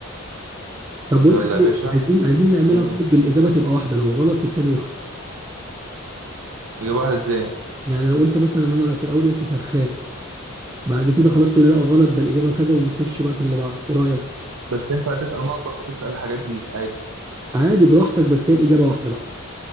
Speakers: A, on the right; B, on the right.
A: طب
B: طب
A: بقول
B: يلا
A: لك
B: يا
A: إيه،
B: باشا
A: عايزين عايزين نعملها
B: ايه
A: طيب بالاجابه تبقى واحده لو غلط التاني يخسر
B: اجيب واحد ازاي
A: يعني لو قلت مثلا ان انا في الاول قلت سخان بعد كده خلاص تقولي لا غلط ده الاجابه كذا ونخش بقى في اللي بعده ايه رايك
B: بس ينفع تسال مطبخ وتسال الحاجات دي عادي
A: عادي براحتك بس هي الاجابه واحده بقى